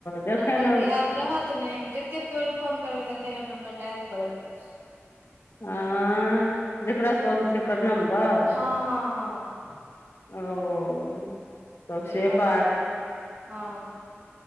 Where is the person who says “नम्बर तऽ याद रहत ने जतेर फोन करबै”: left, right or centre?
Right